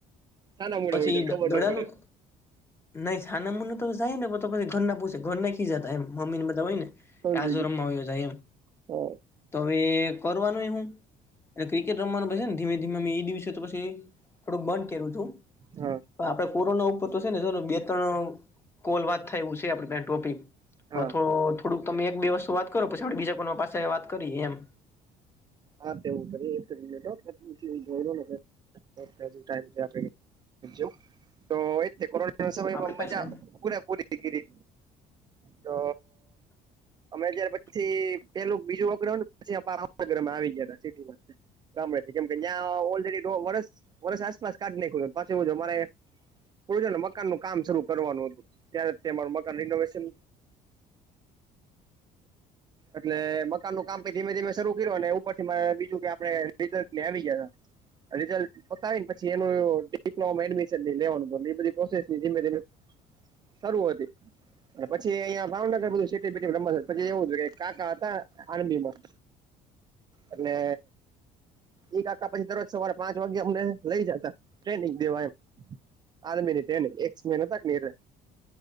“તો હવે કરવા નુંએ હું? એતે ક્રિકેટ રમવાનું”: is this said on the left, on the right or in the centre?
Left